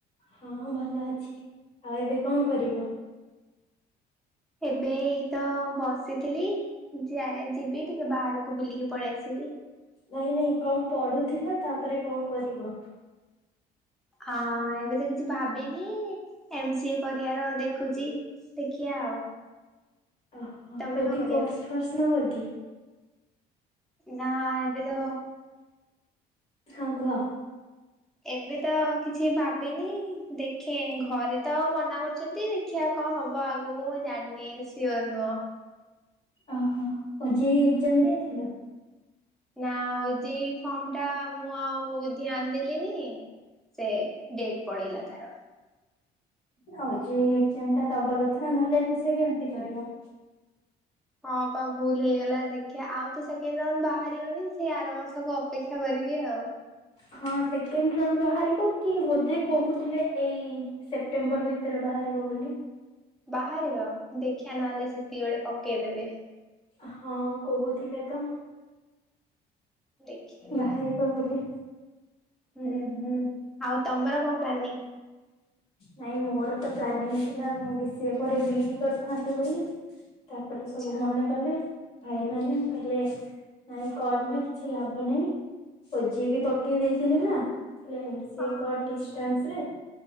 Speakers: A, on the left; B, in the centre.
A: ହଁ ଭଲ ଅଛି ଆଉ ଏବେ କଣ କରିବ?
B: ଏବେ ଏଇତ ବସିଥିଲି ଯ ଯିବି ଟିକେ ବାହାରକୁ ବୁଲିକି ପଳେଇ ଆସିବି।
A: ନାଇଁ ନାଇଁ କଣ ପଢୁଥିଲ ତାପରେ କଣ କରିବ?
B: ହଁ ଏବେତ କିଛି ଭାବିନି ଏମ ସି ଏ କରିବାର ଦେଖୁଛି ଦେଖିବା ଆଉ
A: ଓହୋ
B: ତମେ
A: କୋଠି
B: କଣ କରିବ?
A: କୋର୍ସ ଫୋର୍ସ ନବ କିି?
B: ନା ଏବେ ତ
A: ହଁ କୁହ
B: ଏବେତ କିଛି ଭାବିନି ଦେଖେ ଘରେତ ମନା କରୁଛନ୍ତି ଦେଖିବା କଣ ହବ ଆଗକୁ ମୁଁ ଜାଣିନି ସିଓର ନୁହଁ।
A: ଓହୋ ଓଜେଇ ଏକ୍ସଜାମ ଦେଇଥିଲ।
B: ନାଁ ଓଜେଇ ଫର୍ମଟା ମୁଁ ଆଉ ଧ୍ୟାନ ଦେଲିିନି ସେ ଡେଟ ପଳେଇଲା ତାର।
A: ହଉ ଓଜେଇ ଏକ୍ଜାମ ଟା ଦବା କଥା ନା ନହେଲେ ସେ କେମିତି କରିବ।
B: ହଁପା ଭୁଲ ହେଇଗଲା ଦେଖିବା ଆଉତ ସେକେଣ୍ଡ ରାଉଣ୍ଡ ବାହାରିବନି ସେ ଆର ବର୍ଷକୁ ଅପେକ୍ଷା କରିବି ଆଉ।
A: ହଁ ସେକେଣ୍ଡ ରାଉଣ୍ଡ ବାହାରିବ କି ବୋଧେ କହୁଥିଲେ ଏଇ ସେପ୍ଟେମ୍ବର ଭିତରେ ବାହାରିବ ବୋଲି।
B: ବାହାରିବ ଦେଖିିଆ ନହେଲେ ସେତିକି ବେଳେ ପକେଇଦେବି।
A: ହଁ କହୁଥିଲେ ତ।
B: ଦେଖିବି।
A: ବାହାରିବ ବୋଲି
B: ହୁଁ ହୁଁ ଆଉ ତମର କଣ ପ୍ଲାନିଂ
A: ନାଇଁ ମୋର ତ ପ୍ଲାନିଂ ଥିଲା ବି ସିଏ ପରେ ବିଇଡି କରିଥାନ୍ତ ବୋଲି। ତାପରେ
B: ଆଛା
A: ସବୁ ମନା କଲେ। ଭାଇ ମାନ କହିଲେ ନାଇଁ କରନି ବା କିଛି ଲାଭ ନାହିଁ ଓଜେଇ ବି ପକେଇ ଦେଇଥିଲେ ନା ହେଲେ ସେ
B: ଓହୋ।
A: କଟ ଡିଷ୍ଟାନ୍ସରେ